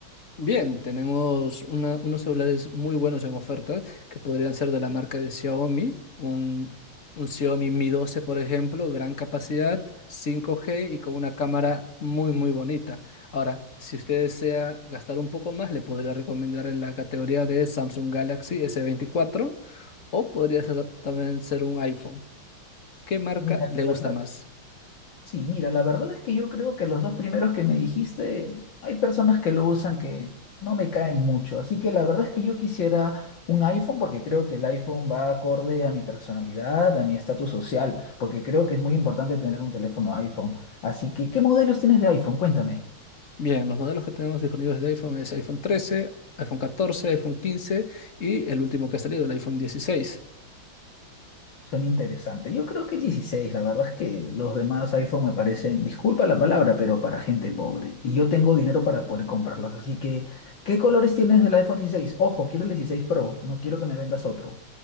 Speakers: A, on the left; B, on the left.
A: Bien, tenemos una- unos celulares muy buenos en oferta que podrían ser de la marca de Xiaomi, un, un Xiaomi Mi doce, por ejemplo, gran capacidad, 5G y con una cámara muy, muy bonita. Ahora, si usted desea gastar un poco más, le podría recomendar en la categoría de Samsung Galaxy s veinticuatro o podría ser- también ser un iPhone. ¿Qué marca
B: Mira, la
A: le
B: verdad
A: gusta más?
B: Sí, mira, la verdad es que yo creo que los dos primeros que me dijiste, hay personas que lo usan que no me caen mucho. Así que la verdad es que yo quisiera un iPhone porque creo que el iPhone va acorde a mi personalidad, a mi estatus social, porque creo que es muy importante tener un teléfono iPhone. Así que, ¿qué modelos tienes de iPhone? Cuéntame.
A: Bien, los modelos que tenemos disponibles de iPhone es iPhone 13, iPhone 14, iPhone 15 y el último que ha salido, el iPhone dieciséis.
B: Suena interesante. Yo creo que el 16, la verdad es que los demás iPhone me parecen, disculpa la palabra, pero para gente pobre. Y yo tengo dinero para poder comprarlos. Así que, ¿qué colores tienes del iPhone dieciséis? Ojo, quiero el 16 Pro, no quiero que me vendas otro.